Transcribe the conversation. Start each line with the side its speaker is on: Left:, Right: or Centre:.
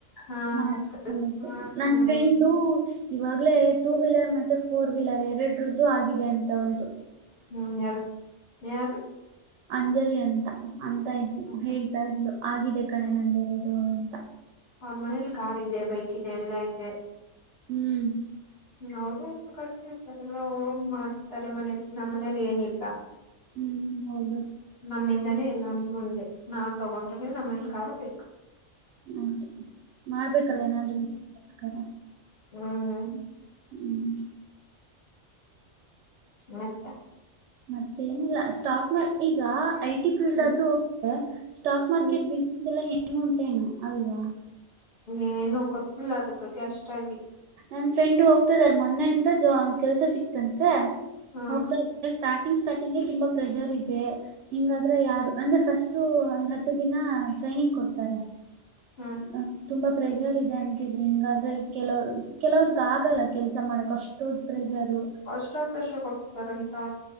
Left: ಹಾ
Right: ಮಡಸಕೋ
Left: ಫಸ್ಟ್
Right: ಬೇಕು
Left: ಹ್ಮ್
Right: ನನ್ ಫ್ರೆಂಡು ಇವಾಗ್ಲೇ ಟೂ ವೀಲರ್ ಮತ್ತೆ ಫೋರ್ ವೀಲರ್ ಎರಡರದ್ದು ಆಗಿದೆ ಅಂತ ಅವ್ಳದು.
Left: ಹ್ಮ್ ಯಾರು <inaudible> ಯಾರು
Right: ಅಂಜಲಿ ಅಂತ ಅಂತ ಇದ್ಲು
Left: ಹ್ಮ್
Right: ಹೇಳ್ತಾ ಇದ್ಲು ಆಗಿದೆ ಕಣೆ ನಂದ ಇರೋದು ಅಂತ.
Left: ಅವನ್ ಮನೇಲಿ ಕಾರ್ ಇದೆ ಬೈಕ್ ಇದೆ ಎಲ್ಲಾ ಇದೆ
Right: ಹ್ಮ್
Left: ಅವರು ಉಪ್ಪು ಕಲ್ತಿರ್ತಾರೆಲ್ಲ ಮಾಡ್ಸ್ತಾರೆ ಮನೇಲಿ ನಮ್ಮ್ ಮನೇಲಿ ಏನಿಲ್ಲ.
Right: ಹ್ಮ್
Left: <inaudible>
Right: ಹೌದು
Left: ನಮ್ಮಿಂದಲೇ ಎಲ್ಲ ಮುಂದೆ ನಾವ್ ತಗೊಂಡ್ರೆ ನಮ್ಮೇಲಿ ಕಾರು ಬೇಕ್
Right: ಹೌದು <inaudible> ಮಾಡ್ಬೇಕಲ್ಲ ಏನಾದ್ರು ಮುಜಾಗರ..
Left: ಹ್ಮ್
Right: ಹ್ಮ್
Left: ಮತ್ತೆ.
Right: ಮತ್ತೇನಿಲ್ಲ ಸ್ಟಾಕ್ ಈಗ ಐ ಟಿ ಫೀಲ್ಡ್
Left: ಹ್ಮ್
Right: ಆದ್ರೂೋಗೆ ಸ್ಟಾಕ್ ಮಾರ್ಕೆಟ್
Left: ಹ್ಮ್
Right: ಬಿಸ್ನೆಸ್ ಎಲ್ಲ ಹೆಂಗ ಉಂಟೇನು ಅಲ್ವಾ?
Left: ಏನು ಗೊತ್ತಿಲ್ಲ ಅದ್ರ ಬಗ್ಗೆ ಅಷ್ಟಾಗಿ
Right: ನಮ ಫ್ರೆಂಡ್ ಹೋಗ್ತಾ ಇದಾರ ಮೊನ್ನೆಯಿಂದ ಜ ಕೆಲ್ಸ ಸಿಕ್ತಂತೆ
Left: ಹ್ಮ್
Right: ಹೋಗ್ತಾ ಸ್ಟಾರ್ಟಿಂಗ್ ಸ್ಟಾರ್ಟಿಂಗ್ಗೆ ತುಂಬಾ ಪ್ರೆಷರ್ ಇದೆ. ಹಿಂಗಾದ್ರೆ ಯಾರು ಅಂದ್ರೆ ಫಸ್ಟು ಒಂದ್ ಹತ್ತು ದಿನ ಟ್ರೈನಿಂಗ್ ಕೊಡ್ತಾರೆ.
Left: ಹ್ಮ್
Right: <inaudible> ತುಂಬಾ ಪ್ರೆಜರ್ ಇದೆ ಅಂತಿದ್ರಿ ನಿನ್ಂಗಾದ್ರೆ ಕೆಲವರು. ಕೆಲವರ್ಗ ಆಗಲ್ಲ ಕೆಲ್ಸ ಮಾಡಕ್ ಅಷ್ಟು ಪ್ರೆಜರ್..
Left: ಅಷ್ಟೊಂದ್ ಪ್ರೆಷರ್ ಕೊಡ್ತಿದಿದ್ದಾರ ಅಂತಾ...